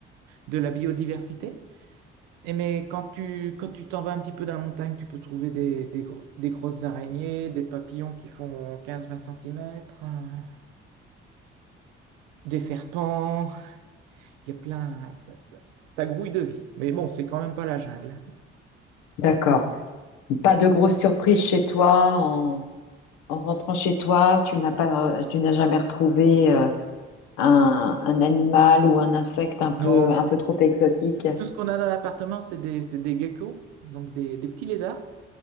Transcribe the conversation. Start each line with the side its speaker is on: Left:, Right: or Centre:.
Right: de la biodiversité. Et mais quand tu, quand tu t'en vas un petit peu dans la montagne, tu peux trouver des, des, gro- des grosses araignées, des papillons qui font 15-20 cm, des serpents. Il y a plein. Ça, ça- ça grouille de vie. Mais bon, c'est quand même pas la jungle.
Left: D'accord. Pas de grosse surprise chez toi en, en rentrant chez toi, tu n'as pas euh, tu n'as jamais retrouvé euh, un, un animal ou un insecte un peu
Right: Non,
Left: un peu trop exotique.
Right: tout ce qu'on a dans l'appartement, c'est des, c'est des geckos, donc des des petits lézards.